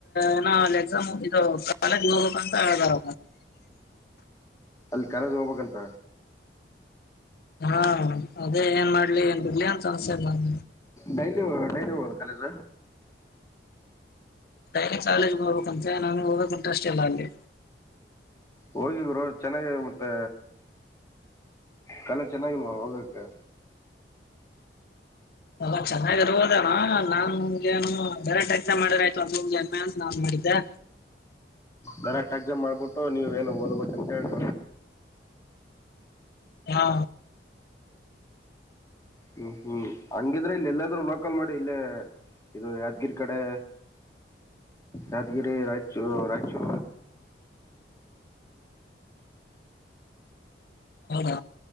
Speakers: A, on the left; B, on the left.
A: ಏನೋ ಅ ಎಕ್ಸಾಮ್ ಇದು ಕಾಲೇಜ್ ಹೋಗಬೇಕಂತ ಹೇಳ್ದಾರ
B: ಅಲ್ಲಿ ಕಾಲಜ ಹೋಗ್ಬೇಕಂತ
A: ಹಾ ಅದೇ ಏನ್ ಮಾಡ್ಲಿ ಏನ್ ಬಿಡ್ಲಿ ಅನ್ ಅಸ್ಯ್ ನನ್
B: ಡೈಲಿ ಹ ಡೈಲಿ ಹೋಗ ಕಾಲೇಜ್
A: ಡೈ ಕಾಲೇಜ್ ನೋಬೇಕಂತೆ ನಾನಗೆ ಹೋಗದಕ್ ಇಂಟ್ರೆಸ್ಟ್ ಇಲ್ಲ ಅಲ್ಲಿ
B: ಹೋಗಿದರು ಚೆನ್ನಾಗ ಮತ್ತೆ ಕಣ ಚೆನ್ನಾಗಿಲ್ವ ಹೋಗಕ್ಕೆ
A: ಎಲ್ಲಾ ಚೆನ್ನಾಗಿರ್ಬೋದಾರ ನಾಗಏನು ಡೈರೆಕ್ಟ್ ಎಕ್ಸಾಮ್ ಮಾಡಿದರ ಆಯ್ತು ಅಂದಮಗೆಮ್ಮೆ ಅ ನಾನ್ ಮಾಡಿದ್ದೆ
B: ಡರೆಕ್ಟ್ ಎಕ್ಸಾಮ್ ಮಾಡ್ಬಿಟ್ಟು ನೀವ ಏನ ಓದಬೇಕ ಅಂತೇಳಿ
A: ಹಾ
B: ಹ್ಮ್ ಹ್ಮ್ ಹಂಗಿದ್ರೆ ಇಲ್ಲಿ ಎಲ್ಲಾದ್ರೂ ಲೋಕಲ್ ಮಾಡಿ ಇಲ್ಲೇ ಇದು ಯಾದಗಿರಿ ಕಡೆ ಯಾದಗಿರಿ ರಾಯಚೂರ ರಾಯಚೂ
A: ಹೌದ